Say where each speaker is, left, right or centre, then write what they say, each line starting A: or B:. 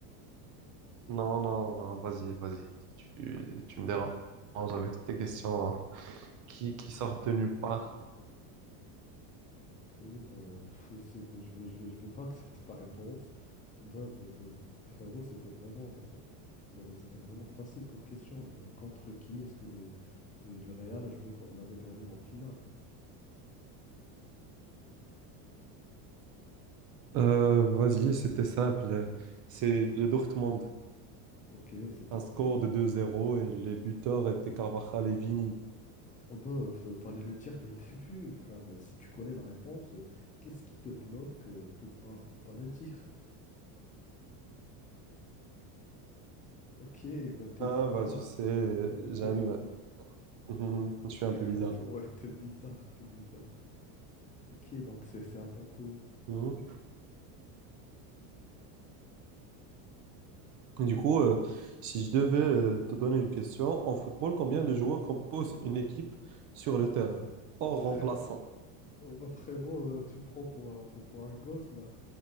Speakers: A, on the right; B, on the left.
A: Non, non, non, vas-y, vas-y. Tu, tu me
B: Hmm,
A: déranges avec tes questions hein, qui, qui sortent de nulle part.
B: Ok, bah, pff, c'est- bah, je vais, je vais, je vais pas <laughs> accepter ta réponse. Bah, bah, bah, frérot, c'était vraiment, c'est- c'est- c'était vraiment facile comme question. Bah, contre qui est-ce que le, de, le Real a joué con- l'année dernière en finale?
A: Euh, vas-y, c'était simple. C'est le Dortmund.
B: Ok, c'était
A: Un
B: contre...
A: score de 2-0 et les buteurs étaient Carvajal et Vini.
B: Oh bah, f- fallait le dire dès le début, frère, mais si tu connais la réponse, euh, qu'est-ce qui te bloque euh, pour pas, pour pas la dire? Ok, bah t'es
A: Ah,
B: bizarre.
A: bah, tu sais,
B: Ah bah, t'es...
A: j'aime.
B: v-
A: <laughs> Mhm, Je suis un
B: <laughs>
A: peu bizarre.
B: Ouais, t'es bizarre, t'es bizarre. Ok, donc c'est c'est à ton tour.
A: Mhm. Du coup, euh, si je devais euh, te donner une question, en football, combien de joueurs composent une équipe sur le terrain, hors
B: Oh, frère...
A: remplaçant?
B: oh, bah, frérot, euh, tu prends pour, euh, pour, pour un gosse, là.